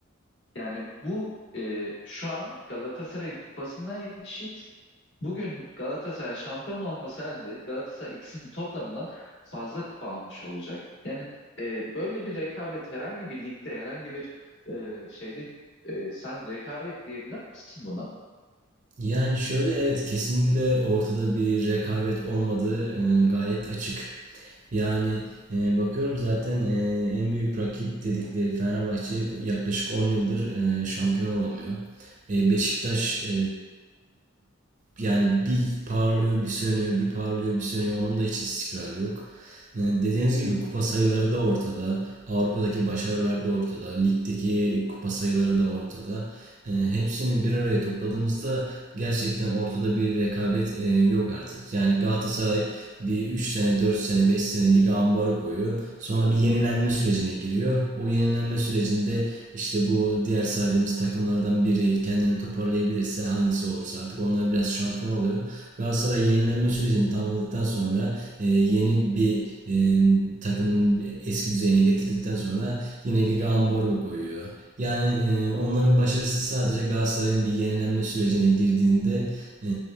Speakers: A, on the left; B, on the right.
A: yani bu e, şu an Galatasaray'ın kupasına eşit. Bugün Galatasaray şampiyon olması halinde Galatasaray ikisinin toplamından fazla kupa almış olacak. Yani e, böyle bir rekabet herhangi bir ligde, herhangi bir e, şeyde e, sen rekabet diyebilir misin buna?
B: Yani şöyle evet kesinlikle ortada bir rekabet olmadığı e, gayet açık. Yani e, bakıyorum zaten e, en büyük rakip dedikleri Fenerbahçe yaklaşık 10 yıldır e, şampiyon olamıyor. E, Beşiktaş e, yani bir parlıyor bir sönüyor bir parlıyor bir sönüyor onun da hiç istikrarı yok. E, dediğiniz gibi kupa sayıları da ortada. Avrupa'daki başarılar da ortada. Ligdeki kupa sayıları da ortada e, hepsini bir araya topladığımızda gerçekten ortada bir rekabet e, yok artık. Yani Galatasaray bir 3 sene, 4 sene, 5 sene lige ambarı koyuyor. Sonra bir yenilenme sürecine giriyor. O yenilenme sürecinde işte bu diğer saydığımız takımlardan biri kendini toparlayabilirse hangisi olursa artık onlar biraz şampiyon oluyor. Galatasaray yenilenme sürecini tamamladıktan sonra e, yeni bir e, takımın eski düzeyine getirdikten sonra yine lige ambargo koyuyor. Yani e, onların başarısı sadece Galatasaray'ın bir yenilenme sürecine girdiğinde e,